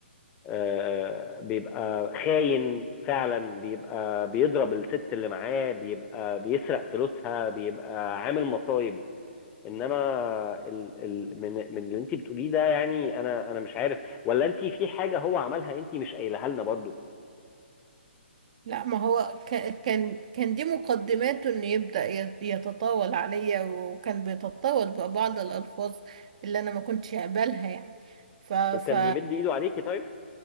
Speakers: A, on the left; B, on the right.
A: آه، بيبقى خاين فعلا بيبقى بيضرب الست اللي معاه بيبقى بيسرق فلوسها بيبقى عامل مصايب انما ال ال من من اللي انت بتقوليه ده يعني انا انا مش عارف ولا انت في حاجه هو عملها انت مش قايلها لنا برضو
B: لا ما هو ك- كان كان دي مقدماته انه يبدأ يت- يتطاول عليا وكان بيتطاول ببعض الألفاظ اللي انا ما كنتش اقبلها يعني ف ف
A: وكان بيمد ايده عليكي طيب